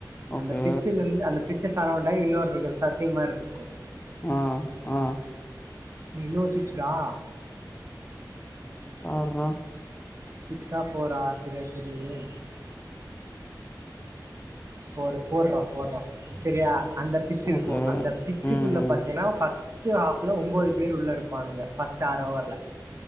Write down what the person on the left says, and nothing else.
ஓகே.
ஆஹ் ஆஹ்
பார்ரா
ஓகே.
ம், ம்.